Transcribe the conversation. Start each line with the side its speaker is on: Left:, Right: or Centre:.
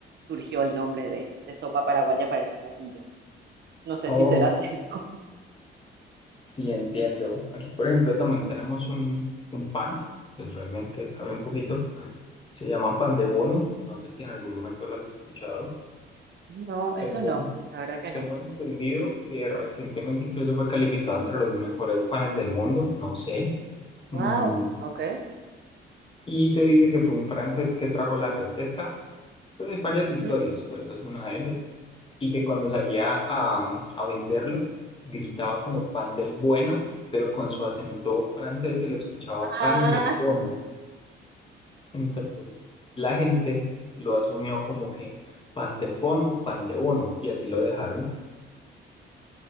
Right: surgió el nombre de, de sopa paraguaya para ese platillo. No sé
Left: ok,
Right: si será <laughs> cierto.
Left: sí entiendo. Aquí, por ejemplo, también tenemos un, un pan, pues realmente cambia un poquito. Se llama pan de bono. No sé si en algún momento lo has escuchado.
Right: No,
Left: Tengo,
Right: eso no,
Left: en-
Right: la verdad que
Left: tengo
Right: no.
Left: entendido que recientemente incluso fue calificado entre los mejores panes del mundo, no sé. Mm,
Right: Wow, ok.
Left: y se dice que fue un francés que trajo la receta. Pues hay varias
Right: Ujú.
Left: historias, pero esa es una de ellas. Y que cuando salía a, a venderlo, gritaba como pan del bueno, pero con su acento francés se le escuchaba
Right: Ah,
Left: pan del bono. Entonces la gente lo asumió como que pan del bono, pan de bono, y así lo dejaron.